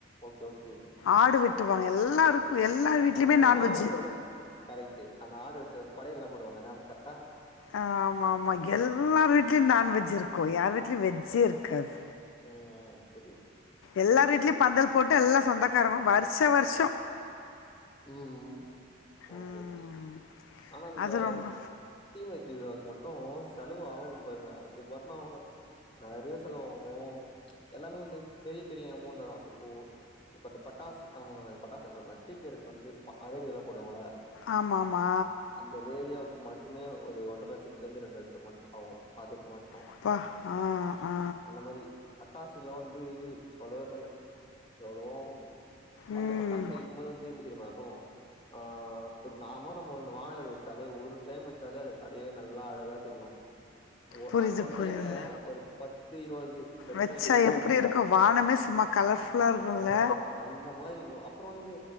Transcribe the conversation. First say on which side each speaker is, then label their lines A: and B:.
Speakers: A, on the left; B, on the left.
A: ஓகே ஓகே
B: ஆடு வெட்டுவாங்க எல்லாருக் கு எல்லா வீட்லயுமே
A: ஆ
B: நான்வெஜ்ஜு
A: அந்த கரெக்ட்டு அந்த ஆடு வெட்டி படையல்லா போடுவாங்கள கரெட்டா
B: ஆ ஆமா ஆமா எல்லார் வீட்லயு நான்வெஜ் இருக்கு யார் வீட்லயு வெஜ்ஜே இருக்காது
A: ஆ ஆ வெட்டி
B: எல்லார் வீட்லயு பந்தல் போட்டு எல்லா சொந்தக்காரங்களு வருஷ வருஷொ
A: ம் ஓகே
B: ம்
A: ஓகே ஆனா இந்த
B: அது ரொம்ப
A: தீமை திருவிழாவுக்கு மட்டு செலவு ஆகு பாருங்க அது பாட்டுனா அவங்க நெறைய செலவாவு எல்லாமே வந்து பெரிய பெரிய அமௌண்ட்டா தா இப்போ இப்ப அ பட்டாசு ஆ பட்டாசுன்ற பாரு ஸ்பி கருக்கு வந்து அரடி எல்லா போடுவாங்களே
B: ஆமா ஆமா
A: அந்த ஏரியாவுக்கு மட்டுமே ஒரு ஒன்றர லட்சத்துல இருந்து ரெண்டு லட்ச மட்டு ஆவு அதுக்கு மட்டு
B: அப்பா ஆ ஆ
A: அந்த மாரி பட்டாசு எல்லா வந்து சொல்லவே தேவல்ல எவ்ளோவு ஆவு
B: ம்
A: அந்த பட்டாசு வெடிக்கும்போது வந்து <unintelligible> மாகு ஆ இப்ப நாம நம்ம அந்த வானவெடி வெச்சாலே ஒரு டைம் வெச்சாலே அது அடியே நல்லா அழகா தெரியு ஓ
B: புரியுது
A: அட்டன்
B: புரியுது
A: டைம்ல ஒரு பத்து இருவது வெச்சா
B: வச்சா
A: எப்டி இருக்கு
B: வானமே சும்மா கலர்ஃபுல்லா இருக்குல்ல
A: ஆ அந்த மாரி இருக்கு அப்புறோ வந்து